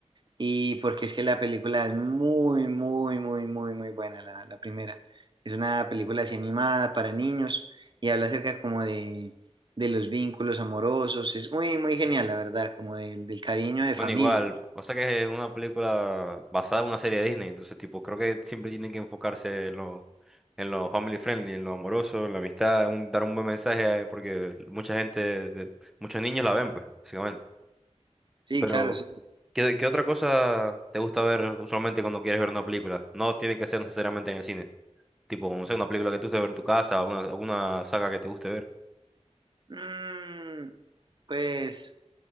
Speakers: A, on the right; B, in the centre.
A: Y porque es que la película es muy, muy, muy, muy, muy buena, la, la primera. Es una película así animada para niños y habla acerca como de, de los vínculos amorosos. Es muy, muy genial, la verdad, como del, del cariño de
B: Bueno,
A: familia.
B: igual, pasa que es una película basada en una serie de Disney, entonces tipo, creo que siempre tienen que enfocarse en lo, en lo family friendly, en lo amoroso, en la amistad, en un- dar un buen mensaje, eh, porque mucha gente, de- muchos niños la ven, pues, básicamente.
A: Sí,
B: Pero,
A: claro, sí.
B: ¿qué, qué otra cosa te gusta ver usualmente cuando quieres ver una película? No tiene que ser necesariamente en el cine. Tipo, no sé, una película que tú te guste ver en tu casa, alguna, alguna saga que te guste ver.
A: Mm, pues,